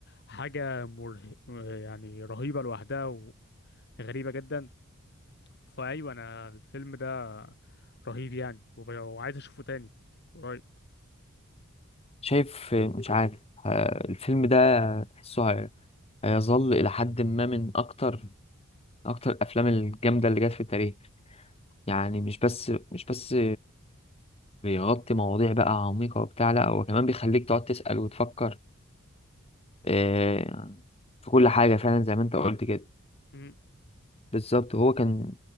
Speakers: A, on the left; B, on the left.
A: حاجه مره يعني رهيبه لوحدها وغريبه جدا فايوه انا الفيلم ده رهيب يعني وب- وعايز اشوفه تاني قريب
B: شايف مش عارف آه، الفيلم ده تحسه هي- هيظل الى حد ما من اكتر اكتر الافلام الجامده اللي جت في التاريخ يعني مش بس مش بس بيغطي مواضيع بقى عميقه وبتاع لا هو كمان بيخليك تقعد تسال وتفكر آه، في كل حاجة فعلا زي ما انت قلت كده
A: مم.
B: بالظبط هو كان